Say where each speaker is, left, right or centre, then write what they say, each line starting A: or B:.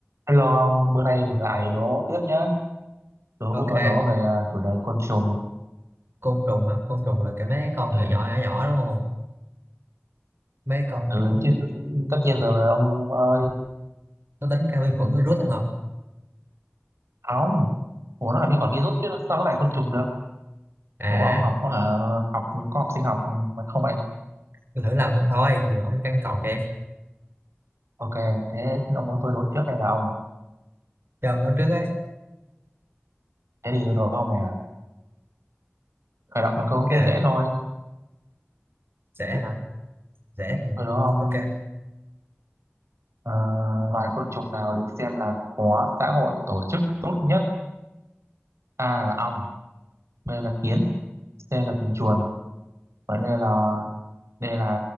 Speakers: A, on the right; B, on the right.
A: Hello ông, bữa nay mình lại đố tiếp nhá. Đố
B: Ok,
A: vụ- đố về à, chủ đề côn trùng.
B: côn trùng hả? Côn trùng là cái mấy con
A: Ừ,
B: nhỏ nhỏ nhỏ nhỏ đúng không? Mấy con
A: ừ
B: kiểu
A: chứ tất nhiên rồi ông ơi.
B: nó tính cả vi khuẩn virus không không?
A: Không, ủa nó là vi khuẩn virus chứ nó- sao nó lại côn trùng được?
B: À,
A: Ủa ông học uh, học có học sinh học mà không vậy?
B: tôi thử làm không thôi, nhiều ông căng cọc vậy.
A: Ok, thế ông muốn tôi đố trước hay là ông?
B: Cho ông nói trước ấy.
A: Thế thì tôi đố ông nè. Khởi động bằng câu
B: Ok,
A: dễ dễ thôi.
B: dễ hả? Dễ. thì-
A: Tôi đố ông
B: Ok.
A: ờ, loài côn trùng nào được xem là có xã hội tổ chức tốt nhất? A là ong, B là kiến, C là chuồn chuồn và D là D là